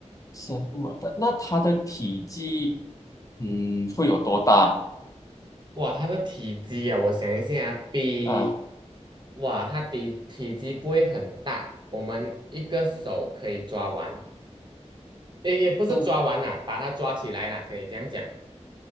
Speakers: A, on the left; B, on the right.
A: 生物啊。但那它的体积，嗯，会有多大
B: 哇，它的体积啊，我想一下啊，比，
A: 啊？
B: 哇，它的体积不会很大，我们一个手可以抓完，也也不是抓完啦、
A: 这
B: 把它抓起来啦，可以这样讲，